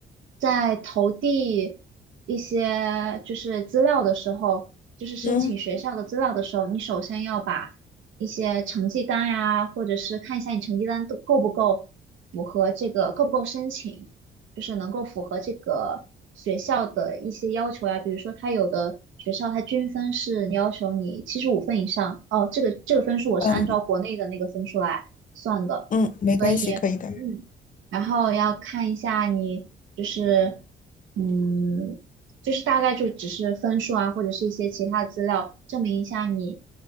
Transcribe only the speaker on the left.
嗯
嗯嗯，没关系，
可以的。